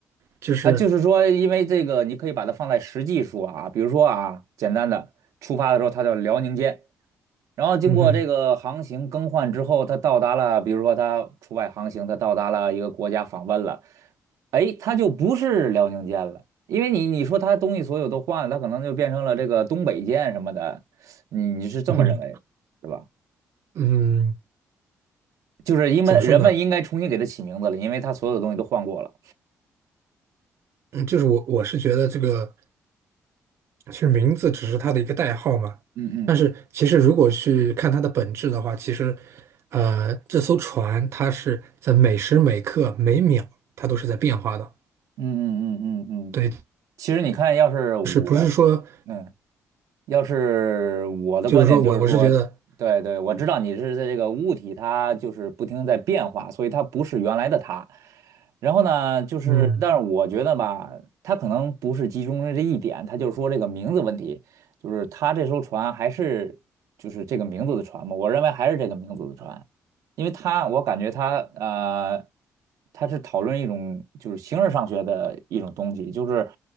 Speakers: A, on the right; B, on the right.
A: 就是
B: 啊，就是说，因为这个，你可以把它放在实际说啊，比如说啊，简单的，出发的时候它叫辽宁舰，然后经过这个航行更换之后，
A: 嗯哼
B: 它到达了，比如说它出外航行，它到达了一个国家访问了，哎，它就不是辽宁舰了，因为你你说它东西所有都换了，它可能就变成了这个东北舰什么的，你你是这么认为，
A: 嗯哼
B: 是吧？
A: 嗯，
B: 就是因为人们应该重新给它起名字了，
A: 怎么说呢？
B: 因为它所有的东西都换过了。
A: 嗯，就是我我是觉得这个其实名字只是它的一个代号嘛，
B: 嗯嗯。
A: 但是其实如果去看它的本质的话，其实呃这艘船它是在每时每刻每秒它都是在变化的，
B: 嗯嗯嗯嗯嗯，
A: 对，
B: 其实你看，要是我，
A: 就是不是说
B: 嗯，要是我的观点就是说，
A: 就是说我我是觉得
B: 对对，我知道你是在这个物体，它就是不停地在变化，所以它不是原来的它。然后呢，就是，
A: 嗯
B: 但是我觉得吧，它可能不是集中于这一点，它就是说这个名字问题，就是它这艘船还是就是这个名字的船嘛，我认为还是这个名字的船，因为它我感觉它呃，它是讨论一种就是形而上学的一种东西，就是